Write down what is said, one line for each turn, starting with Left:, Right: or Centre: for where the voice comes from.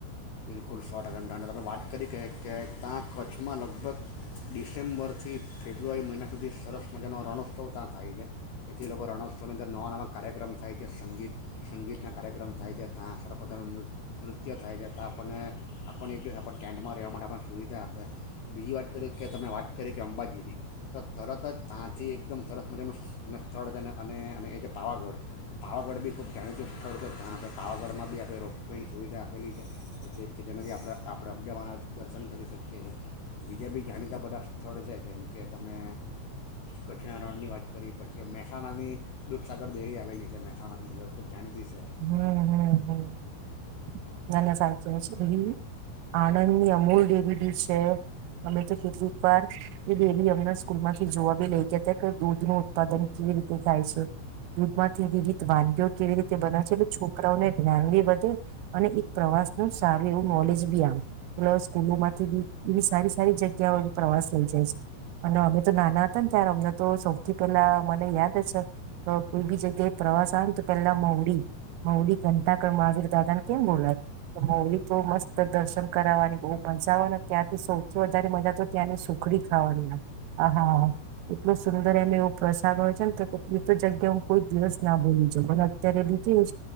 Left: બિલકુલ સો ટકાની દં તમે વાત કરી કે કે ત્યાં કચ્છમાં લગભગ ડિસેમ્બરથી ફેબ્રુઆરી મહિના સુધી સરસ મજાનો રણોત્સવ ત્યાં થાય છે એથી લોકો રણોત્સવની અંદર નવા નવા કાર્યક્રમ થાય છે સંગીત સંગીતના કાર્યક્રમ થાય છે ત્યાં સરસ મજાનું નૃ નૃત્ય થાય છે ત્યાં આપણને આપણ એક દિવસ આપણ ટેન્ટમાં રહેવા માટે આપણ સુવિધા આપે બીજી વાત કરીએ કે તમે વાત કરી કે અંબાજીની તો તરત જ ત્યાંથી એકદમ સરસ મજાનું સ્થળ છે અને અને અને એ છે પાવાગઢ પાવાગઢ બી ખૂબ જાણીતું સ્થળ છે જ્યાં આપણે પાવાગઢમાં બી આપણે રોપવેની સુવિધા આપેલી છે એટ કે જેનાથી આપણે આપણે અબ્યાવાના દર્શન કરી શકીએ છીએ બીજા બી જાણીતા બધા સ્થળ છે જેમકે તમે કચ્છના રણની વાત કરી પછી મહેસાણાની દૂધસાગર ડેરી આવેલી છે મહેસાણાની અંદર ખૂબ જાણીતી છે
Right: હમ હમ હમ ના ના સાચ કહે છે એ આણંદની અમૂલ ડેરી બી છે અમે તો કેટલીક વાર એ ડેરી અમના સ્કૂલ માંથી જોવા બી લઈ ગયા હતા કે દૂધ નું ઉત્પાદન કેવી રીતે થાય છે દૂધ માંથી વિવિધ વાનગી કેવી રીતે બના છે એટલે છોકરાઓને જ્ઞાન બી વધે અને એક પ્રવાસ નું સારું એવું નોલેજ બી આવે એટલે સ્કૂલો માંથી બી એવી સારી સારી જગ્યાઓ પ્રવાસ લઈ જાય છે અને અમે તો નાના હતા ને ત્યારે અમને તો સૌથી પહેલા મને યાદ છે કોઈ બી જગ્યાએ પ્રવાસ આવે ને તો પેલા મલી કંટાકળ મહાવીર દાદાને કેમ બોલાય તો મૌલી તો મસ્ત દર્શન કરાવવાની બહ પચવાને ત્યાંથી સૌથી વધારે મજા તો ત્યાંની સુખડી ખાવાનીાગ આહાા એટલો સુંદર એમ એવો પ્રસાદ હોય છે ને એ તો જગ્યા હું કોઈ દિવસ ના બોલી જાઉ અત્યારે બી ું